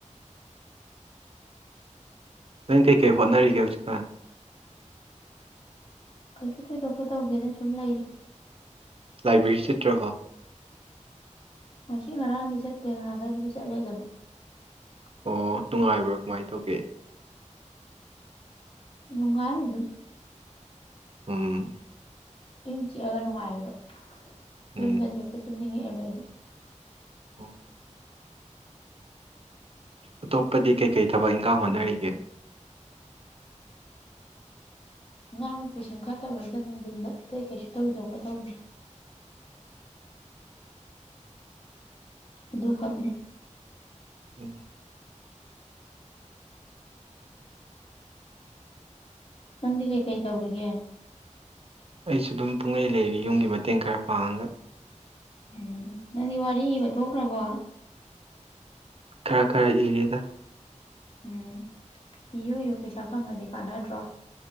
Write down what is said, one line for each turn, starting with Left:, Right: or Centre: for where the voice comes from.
Right: ꯅꯣ ꯀꯩ ꯀꯩ ꯍꯣꯠꯅꯔꯤꯒꯦ ꯍꯧꯖꯤꯛꯀꯥꯟ
Left: ꯀꯩꯁꯨ ꯊꯣꯏꯗꯣꯛꯄ ꯇꯧꯗꯦꯗ ꯁꯨꯝ ꯂꯩꯔꯤ
Right: ꯂꯥꯏꯕ꯭ꯔꯦꯔꯤ ꯆꯠꯇ꯭ꯔꯕꯣ
Left: ꯉꯁꯤ ꯉꯔꯥꯡꯗꯤ ꯆꯠꯇꯦ ꯉꯍꯥꯟꯒꯩꯕꯨꯗꯤ ꯆꯠꯂꯦ ꯗꯨꯝ
Right: ꯑꯣ ꯅꯨꯡꯉꯥꯏꯕ꯭ꯔ ꯀꯃꯥꯏꯟ ꯇꯧꯒꯦ
Left: ꯅꯨꯡꯉꯥꯏ ꯑꯗꯨꯝ
Right: ꯎꯝ
Left: ꯏꯪ ꯆꯤꯛꯑꯒ ꯅꯨꯡꯉꯥꯏꯔꯦꯕ
Right: ꯎꯝ
Left: ꯌꯨꯝꯗꯗꯤ ꯍꯦꯛꯇ ꯇꯨꯝꯅꯤꯡꯉꯛꯑꯦꯕ ꯑꯩꯗꯤ
Right: ꯑꯣ ꯑꯇꯣꯞꯄꯗꯤ ꯀꯩꯀꯩ ꯊꯕꯛ ꯏꯪꯈꯥꯡ ꯍꯣꯠꯅꯔꯤꯒꯦ
Left: ꯑꯉꯥꯡ ꯇꯨꯏꯁꯟ ꯈꯔ ꯇꯧꯔꯩꯗ ꯅꯨꯡꯊꯤꯟꯗ ꯑꯇꯩ ꯀꯩꯁꯨ ꯇꯧꯗꯣꯀꯣ ꯇꯧꯗꯦ ꯑꯗꯨꯈꯛꯅꯤ
Right: ꯎꯝ
Left: ꯅꯪꯗꯤ ꯀꯩꯀꯩ ꯇꯧꯔꯤꯒꯦ
Right: ꯑꯩꯁꯨ ꯑꯗꯨꯝ ꯄꯨꯡꯂꯩ ꯂꯩꯔꯤ ꯌꯨꯝꯒꯤ ꯃꯇꯦꯡ ꯈꯔ ꯄꯥꯡꯉꯒ
Left: <unintelligible> ꯅꯪꯗꯤ ꯋꯥꯔꯤ ꯏꯕ ꯊꯣꯛꯈ꯭ꯔꯕꯣ
Right: ꯈꯔ ꯈꯔ ꯏꯔꯦꯗ
Left: ꯎꯝ ꯏꯌꯨ ꯌꯨ ꯄꯩꯁꯥ ꯐꯪꯉꯗꯤ ꯀꯥꯟꯅꯗ꯭ꯔꯣ